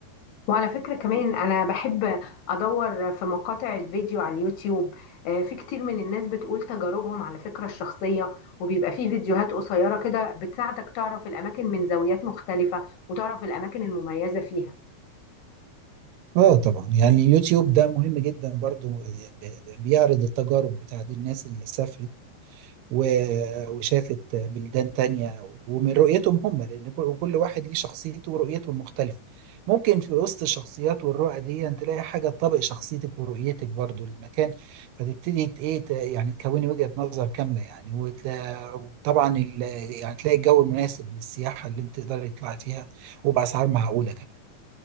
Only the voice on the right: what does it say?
اه طبعا يعني يوتيوب ده مهم جدا برضو آه، بيعرض التجارب بتاعت الناس اللي سافرت و- وشافت بلدان تانية ومن رؤيتهم هم لأن كل وكل واحد ليه شخصيته ورؤيته المختلفة ممكن في وسط الشخصيات والرؤى دي أن تلاقي حاجة تطابق شخصيتك ورؤيتك برضو للمكان فتبتدي ت- إيه ت- يعني تكوني وجهة نظر كاملة يعني وتلا- وطبعا ال- يعني تلاقي الجو المناسب للسياحة اللي أنت تقدري تطلعي فيها وبأسعار معقولة كمان